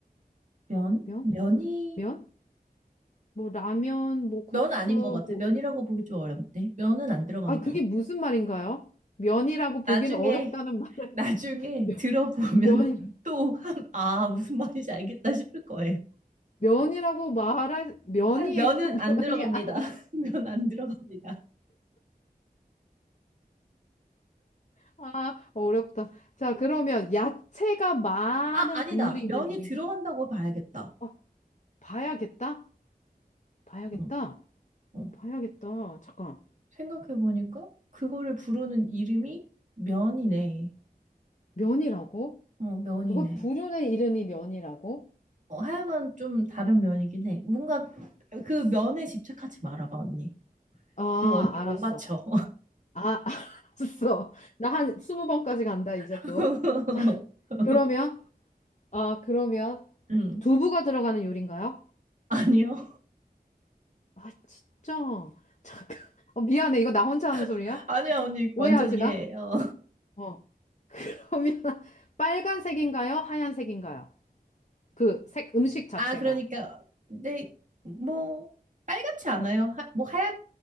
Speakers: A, on the right (about 50°); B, on the left (about 50°).
A: 면?
B: 면?
A: 면이,
B: 면? 뭐 라면, 뭐 국수,
A: 면 아닌 것 같아.
B: 뭐
A: 면이라고 보기 좀 어렵네. 면은 안 들어가는
B: 아,
A: 것
B: 그게
A: 같아요.
B: 무슨 말인가요? 면이라고 보기는
A: 나중에
B: 어렵다는 말.
A: 나중에
B: <laughs>
A: 들어보면은
B: 면이
A: 또 한, 아, 무슨 말인지 알겠다 싶을 거예요.
B: 면이라고 말할 면이에요.
A: 아니, 면은
B: <laughs>
A: 안
B: 면이
A: 들어갑니다.
B: 아,
A: <laughs> 면 안 들어갑니다.
B: 아, 어렵다. 자, 그러면 야채가 많은
A: 아, 아니다.
B: 국물이 있는
A: 면이
B: 요리인가?
A: 들어간다고 봐야겠다.
B: 어, 봐야겠다. 봐야겠다.
A: 어, 어.
B: 봐야겠다. 잠깐.
A: 생각해보니까 그거를 부르는 이름이 면이네.
B: 면이라고?
A: 어, 면이네.
B: 그걸 부르는 이름이 면이라고?
A: 어, 하여간 좀 다른 면이긴 해. 뭔가 그 면에 집착하지 말아봐, 언니.
B: 아,
A: 그럼 언니
B: 알았어.
A: 못 맞춰.
B: 아, <laughs> 알았어. 나 한 스무 번까지 간다, 이제
A: <laughs>
B: 또. 자, 그러면 아, 그러면
A: 음.
B: 두부가 들어가는 요리인가요?
A: 아니요.
B: 아, 진짜. 잠깐. 어, 미안해. 이거 나 혼자 하는 소리야?
A: <laughs> 아니야, 언니.
B: 오해하지
A: 완전 이해해요.
B: 마. 어. <laughs> 그러면 빨간색인가요? 하얀색인가요? 그 색, 음식 자체가.
A: 아, 그러니까, 근데, 뭐, 빨갛지 않아요. 하, 뭐, 하얗,